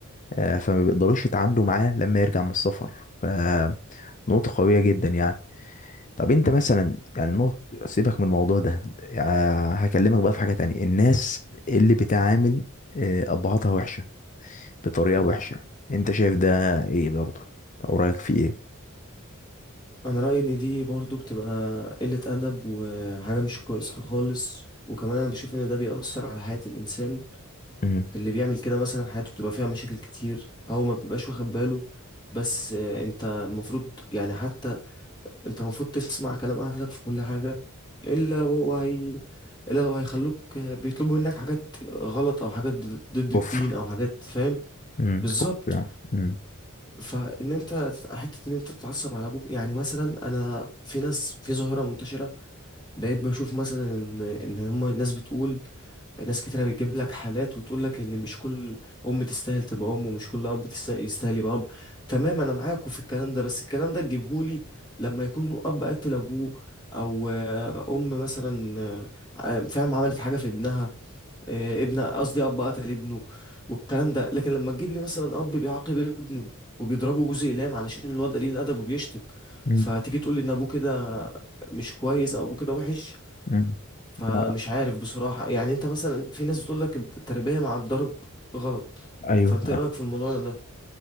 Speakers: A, on the left (about 35°); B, on the left (about 20°).
A: آه، فما بيقدروش يتعاملوا معاه لما يرجع من السفر فنقطة قوية جدا يعني طب انت مثلا يعني نقطة سيبك من الموضوع ده يعني هكلمك بقى في حاجة تانية الناس اللي بتعامل آه، أبهاتها وحشة بطريقة وحشة انت شايف ده ايه برضه او رأيك في ايه
B: انا رايي ان دي برضو بتبقى قله ادب وحاجه مش كويسه خالص وكمان انا بشوف ان ده بيأثر على حياه الانسان
A: مم.
B: اللي بيعمل كده مثلا حياته بتبقى فيها مشاكل كتير او ما بيبقاش واخد باله بس آه، انت المفروض يعني حتى انت المفروض تسمع كلام اهلك في كل حاجه الا لو هو هي الا لو هيخلوك آه، بيطلبوا منك حاجات غلط او حاجات ضد ضد
A: كفر
B: الدين او حاجات فاهم
A: مم.
B: بالظبط
A: كفر يعني مم.
B: فان انت حته ان انت تتعصب على ابوك يعني مثلا انا في ناس في ظاهره منتشره بقيت بشوف مثلا ان ان هم الناس بتقول ناس كتيره بتجيب لك حالات وتقول لك ان مش كل ام تستاهل تبقى ام ومش كل اب تست- يستاهل يبقى اب تمام انا معاكم في الكلام ده بس الكلام ده تجيبهولي لما يكون اب قتل ابوه او آه، ام مثلا آه، فاهم عملت حاجه في ابنها آه، ابن قصدي اب قتل ابنه والكلام ده لكن لما تجيب لي مثلا اب بيعاقب ابنه وبيضربه جوز اقلام علشان الواد قليل الادب وبيشتم
A: مم.
B: فتيجي تقول لي ان ابوه كده مش كويس او ابوه كده وحش
A: مم.
B: فمش
A: لا
B: عارف بصراحة يعني انت مثلا في ناس بتقول لك التربية مع الضرب غلط
A: ايوه
B: فانت ايه رأيك في الموضوع ده